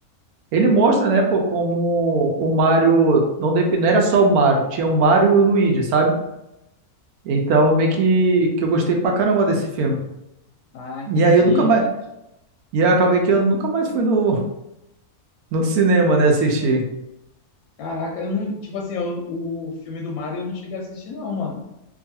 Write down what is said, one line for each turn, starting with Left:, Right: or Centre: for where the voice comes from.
Right: ele mostra, né, pô, como o Mario, não, dep- não era só o Mario, tinha o Mario e o Luigi, sabe? Então, meio que, que eu gostei pra caramba desse filme.
Left: Ah, entendi.
Right: E aí eu nunca mais, E eu acabei que eu nunca mais fui no, <laughs> no cinema, né? Assistir.
Left: Caraca, eu não. Tipo assim, eu- o filme do Mario eu não cheguei a assistir, não, mano.